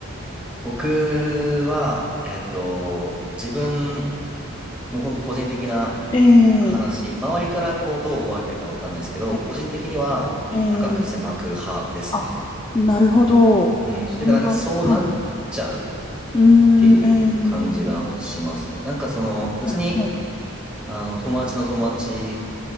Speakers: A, in the centre; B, on the left.
A: 僕は、えっと、自分、もう本当個人的な
B: え
A: 話、
B: え、
A: 周りからこうどう思われてるかわかんないですけど、
B: え
A: 個人的には深く狭く派ですね。
B: え、ええ、あ、なるほど。
A: うん。
B: それは、
A: ていうかなんかそうなっちゃうっ
B: はい。うーん、
A: ていう感じがしますね。
B: ええ、
A: なんかその別に、
B: はい、はい。
A: あの、友達の友達